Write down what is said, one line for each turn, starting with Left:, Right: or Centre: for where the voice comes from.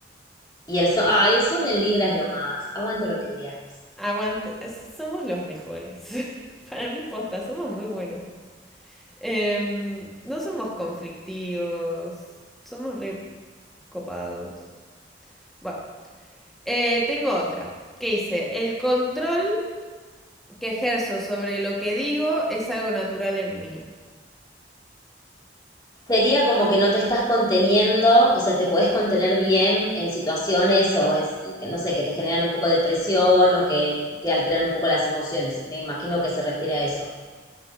Left: Y el sol, ah, el sol en Libra es lo más. Aguante los librianos.
Centre: Aguanta, s- somos los mejores. <laughs> Para mí, posta, somos muy buenos. Em, no somos conflictivos, somos re copados. Bueno, eh, tengo otra que dice, el control que ejerzo sobre lo que digo es algo natural en mí.
Left: Sería como que no te estás conteniendo, o sea, te podés contener bien en situaciones o es, que no sé, que te generan un poco de presión o que te alteran un poco las emociones. Me imagino que se refiere a eso.